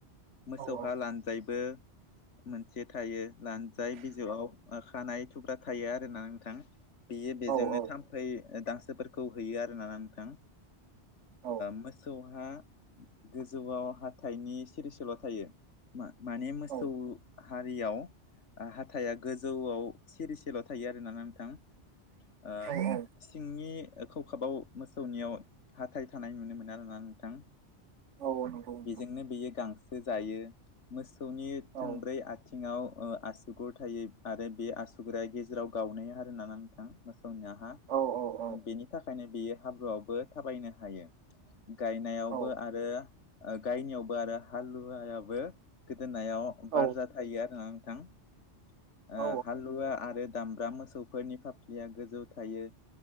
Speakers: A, on the left (about 80°); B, on the right (about 85°).
A: मोसौहा
B: औ औ
A: लानजायबो एसे थायो लानजाय बिजौआव खानाय थुब्रा थायो आरोोना नोंथां। बेयो बेजोंनो
B: औ औ
A: थाम्फै दांसो फोरखौ हैयो आरो ना नोंथां।
B: औ
A: मोसौहा गोजौआव हाथाइनि सिरिसल' थायो। मा माने मोसौ
B: औ
A: हारियाव हाथाया गोजौआव सिरिसेल' थायो आरोना नोंथां। ओ
B: औ-औ
A: सिंनि खखाबाव मोसौनियाव हाथाय थानाय नुनो मोनो आरोना नोंथां।
B: औ नंगौ नोंथां
A: बेजोंनो बेयो गांसो जायो मोसौनि
B: औ
A: थोंब्रै आथिङाव आसुगुर थायो आरो बे आसुगुरा गेजेराव गावनाय आरोना नोंथां। मोसौनियाहा
B: औ औ
A: बेनि थाखायनो बेयो हाब्रुआवबो थाबायनो हायो। गायनायावबो
B: औ
A: आरो गायनायावबो आरो हालुवायाबो गोदोनायाव बारजा
B: औ
A: थायो आरोना नोंथां ओ
B: औ
A: हालुवा आरो दामब्रा मोसौफोरनि फाफ्लिया गोजौ थायो